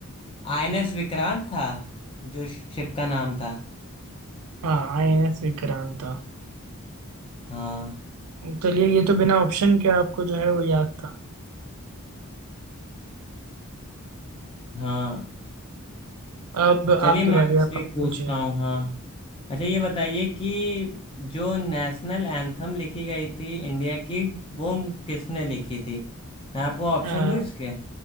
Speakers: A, on the left; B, on the right.
A: आईएनएस विक्रांत था जो शिप का नाम था
B: हाँ आईएनएस विक्रांत था
A: हाँ
B: चलिए ये तो बिना ऑप्शन के आपको जो है वो याद था
A: हाँ
B: अब
A: चलिए
B: आपकी
A: मैं
B: बारी
A: आपसे
B: अब
A: एक
B: आप
A: पूछता
B: पूछिए
A: हूँ हाँ अच्छा ये बताइए कि जो नेशनल एंथम लिखी गई थी इंडिया की वो किसने लिखी थी मैं आपको ऑप्शन
B: अ,
A: दूँ इसके